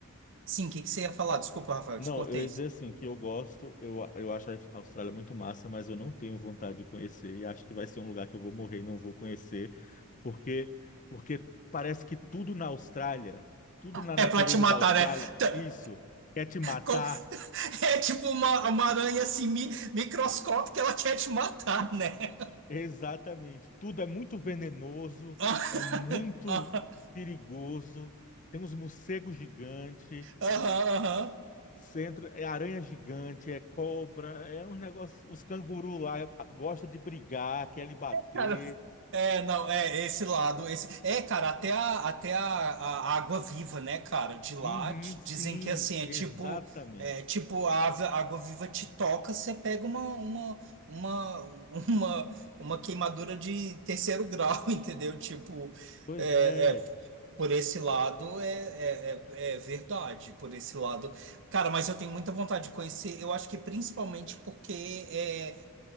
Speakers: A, on the right (about 55°); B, on the left (about 35°).
A: Sim, o que que você ia falar? Desculpa, Rafael,
B: Não,
A: te cortei.
B: eu ia dizer assim, que eu gosto, eu, eu acho a Austrália muito massa, mas eu não tenho vontade de conhecer e acho que vai ser um lugar que eu vou morrer e não vou conhecer, porque, porque parece que tudo na Austrália, tudo na
A: É
B: natureza
A: pra te matar,
B: da Austrália,
A: né? Tá,
B: isso, quer te matar.
A: co-
B: <laughs>
A: <laughs> É tipo uma, uma aranha assim, mi, microscópica, ela quer te matar, né?
B: Exatamente. Tudo é muito venenoso,
A: <laughs>
B: é muito
A: Aham,
B: perigoso. Tem uns morcegos gigantes.
A: aham, aham.
B: centro é aranha gigante, é cobra, é uns negócios. Os cangurus lá gostam de brigar, quer lhe bater.
A: Cara, É, não, é, esse lado, esse... É, cara, até a, até a, a água viva, né, cara, de lá,
B: Uhum,
A: t-
B: sim,
A: dizem que, assim,
B: exatamente.
A: é tipo, é, tipo, a ave- a água viva te toca, você pega uma, uma, uma, uma, uma queimadura de terceiro grau, <laughs> entendeu? Tipo,
B: Pois
A: é,
B: é,
A: é, Por esse lado é, é, é, é verdade, por esse lado. Cara, mas eu tenho muita vontade de conhecer, eu acho que principalmente porque é,